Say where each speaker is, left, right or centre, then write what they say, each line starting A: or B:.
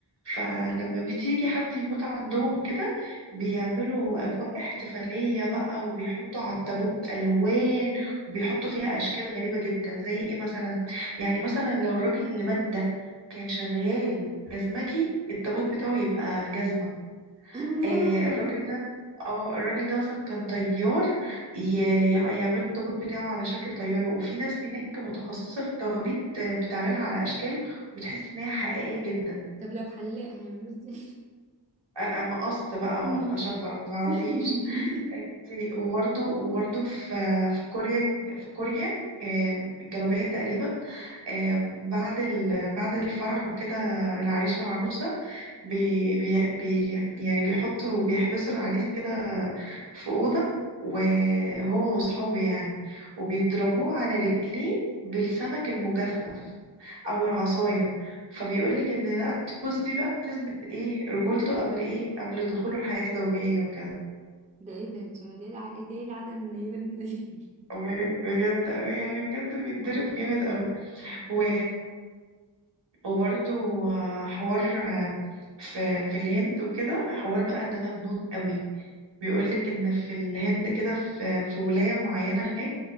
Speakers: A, on the right (about 65°); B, on the right (about 15°).
A: فلما بيجي حد يموت عندهم وكده بيعملوا أجواء احتفالية بقى وبيحطوا على التابوت ألوان وبيحطوا فيها أشكال غريبة جدا زي إيه مثلا يعني مثلا لو الراجل اللي مات ده كان شغال جزمجي التابوت بتاعه يبقى جزمة
B: الله.
A: آه الراجل
B: <laughs>
A: ده اه الراجل ده مثلا كان طيار ي- ي- يعملوا التابوت بتاعه على شكل طيارة وفي ناس هناك متخصصة في التوابيت آه، بتعملها على أشكال وبتحس إن هي حقيقية جدا
B: طب لو حلاق هيعملوه ازاي؟
A: آه، مقص بقى
B: مم.
A: ولا شفرة ما تعرفيش
B: <laughs>
A: انت وبرضو وبرضو في في كوريا في كوريا آم، الجنوبية تقريبا آم، بعد ال... بعد الفرح وكده العريس والعروسة بي... بي... بي... يعني بيحطوا بيحبسوا العريس كده في أوضة وهو وصحابه يعني وبيضربوه على رجليه بالسمك المجفف أو العصاية فبيقولك إن لا الطقوس دي بقى بتثبت إيه رجولته قبل إيه قبل دخوله الحياة الزوجية وكده
B: ده ايه ده انت ده ايه الع- ده ايه العاده المنيله من دي
A: ب- بجد أوي يعني بجد بيتضرب جامد أوي و... وبرده حوار آه، في في الهند وكده حوار بقى ده مجنون أوي بيقولك إن في الهند كده في في ولاية معينة هناك